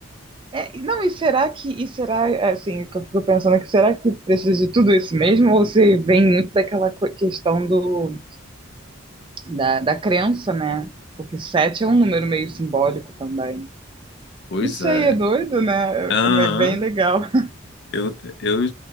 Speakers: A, on the right; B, on the left.
A: É, e não, e será que, e será, assim, que eu fico pensando que será que precisa de tudo isso mesmo? Ou se vem muito daquela co- questão do, da, da crença, né? Porque sete é um número meio simbólico também.
B: Pois
A: Não sei,
B: é.
A: é doido, né?
B: Aham,
A: É bem legal. <laughs>
B: eu, eu,